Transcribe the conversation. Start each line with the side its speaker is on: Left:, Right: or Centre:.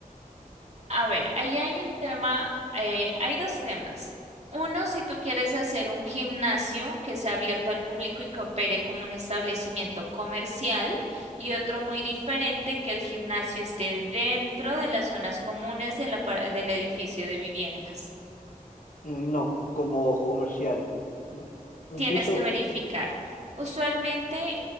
Right: A ver, ahí hay un tema, eh, hay dos temas. Uno, si tú quieres hacer un gimnasio que sea abierto al público y que opere como un establecimiento comercial, y otro muy diferente, que el gimnasio esté dentro de las zonas comunes de la par- del edificio de viviendas.
Left: Mm, No, como comercial, ¿no? Un
Right: tienes
Left: piso.
Right: que verificar. Usualmente